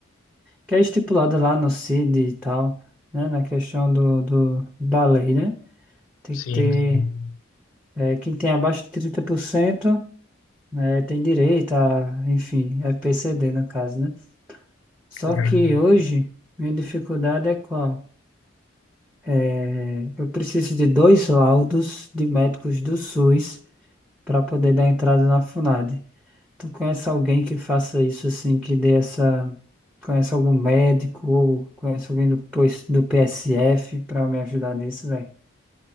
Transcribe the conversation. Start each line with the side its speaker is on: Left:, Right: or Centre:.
Centre: que é estipulada lá no CID e tal, né, na questão do, do, da lei, né? Tem
Left: Sim,
Centre: que ter,
Left: sim.
Centre: é, quem tem abaixo de 30%, né, tem direito a, enfim, FPCD no caso, né? Só
Left: correto.
Centre: que hoje, minha dificuldade é qual? É, eu preciso de dois laudos de médicos do SUS para poder dar entrada na FUNAD. Tu conhece alguém que faça isso assim, que dê essa. Conhece algum médico ou conhece alguém do, pos- do PSF pra me ajudar nisso, velho?